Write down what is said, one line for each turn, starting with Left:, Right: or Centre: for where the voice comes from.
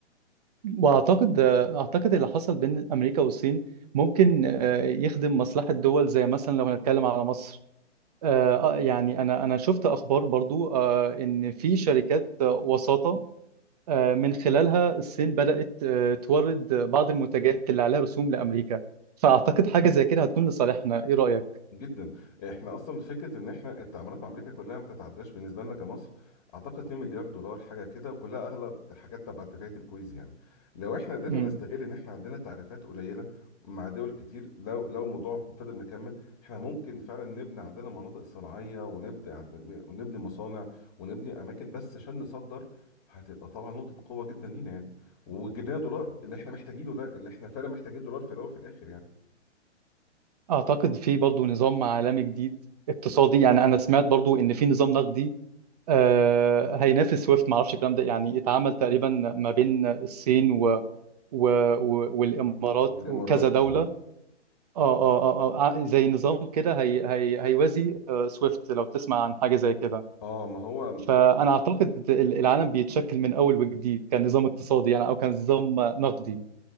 Right: واعتقد آه، اعتقد اللي حصل بين امريكا والصين ممكن آه، يخدم مصلحه دول زي مثلا لو هنتكلم على مصر آه، آه، يعني انا انا شفت اخبار برضو آه، ان في شركات وساطه آه، من خلالها الصين بدأت آه، تورد بعض المنتجات اللي عليها رسوم لأمريكا فأعتقد حاجة زي كده هتكون لصالحنا إيه رأيك؟
Left: جدا احنا اصلا فكره ان احنا التعاملات مع امريكا كلها ما بتتعداش بالنسبه لنا كمصر اعتقد 2 مليار دولار حاجه كده وكلها اغلب حاجات تبع اتفاقيه الكويز يعني لو احنا قدرنا
Right: مم.
Left: نستغل ان احنا عندنا تعريفات قليله مع دول كتير لو لو الموضوع فضل مكمل احنا ممكن فعلا نبني عندنا مناطق صناعيه ونبدا ونبني مصانع ونبني اماكن بس عشان نصدر هتبقى طبعا نقطة قوة جدا لينا يعني وجبناها دولار اللي احنا محتاجينه ده اللي احنا فعلا محتاجين دولار في الأول وفي الآخر يعني
Right: أعتقد في برضو نظام عالمي جديد اقتصادي يعني أنا سمعت برضو إن في نظام نقدي آه، هينافس سويفت معرفش الكلام ده يعني اتعمل تقريبا ما بين الصين و... و... و... والإمارات
Left: والإمارات
Right: وكذا دولة
Left: اه
Right: اه اه اه آه، زي نظام كده هي... هي... هيوازي آه، سويفت لو تسمع عن حاجة زي كده
Left: اه ما هو
Right: فانا اعتقد ال- العالم بيتشكل من اول وجديد كان نظام اقتصادي يعني او كان نظام نقدي